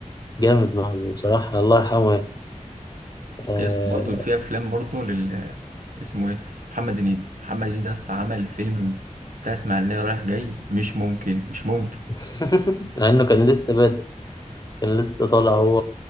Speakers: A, on the left (about 30°); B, on the right (about 85°).
A: جامد معاه بصراحة الله يرحمه يعني آه
B: يا اسطى برضه في افلام برضه لل اسمه ايه محمد هنيدي محمد هنيدي يا اسطى عمل فيلم بتاع اسماعيليه رايح جاي مش ممكن مش ممكن
A: <laughs> مع انه كان لسه بادئ كان لسه طالع هو